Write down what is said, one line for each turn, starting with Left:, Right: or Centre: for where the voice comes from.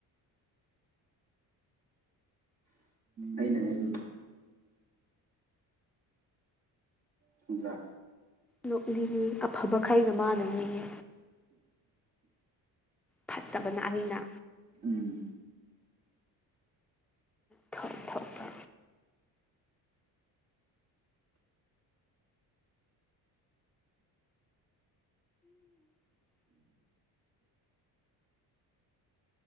Right: ꯑꯩꯅꯅꯦ ꯑꯗꯨ ꯈꯪꯕ꯭ꯔꯥ
Centre: ꯅꯣꯛꯅꯤꯉꯦ ꯑꯐꯕ ꯈꯩꯅ ꯃꯥꯟꯅꯅꯤꯌꯦ ꯐꯠꯇꯕꯅ ꯑꯩꯅ
Right: ꯎꯝ
Centre: ꯊꯧ ꯊꯧꯄ